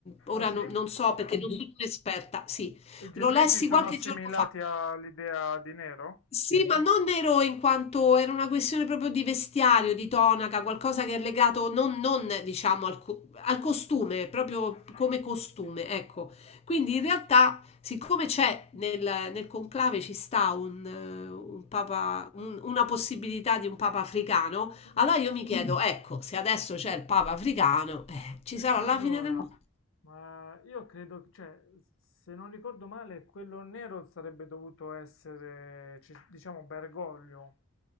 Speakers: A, on the left; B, on the left.
A: ora
B: Ah sì?
A: no- non so perché non sono un'esperta, sì,
B: I gesuiti
A: lo lessi
B: sono
A: qualche
B: assimilati
A: giorno fa.
B: all'idea di Nero?
A: Sì, ma non nero in quanto era una questione proprio di vestiario, di tonaca, qualcosa che è legato non, non, diciamo al, co- al costume, proprio come costume, ecco. Quindi in realtà, siccome c'è nel, nel conclave ci sta un, eh, un papa, un- una possibilità di un papa africano,
B: Comunque,
A: allora io mi
B: sì.
A: chiedo, Mm. ecco, se adesso c'è il papa africano, eh, ci sarà
B: Allora,
A: la fine del mondo.
B: ma io credo, cioè, se non ricordo male, quello nero sarebbe dovuto essere, ci- diciamo, Bergoglio.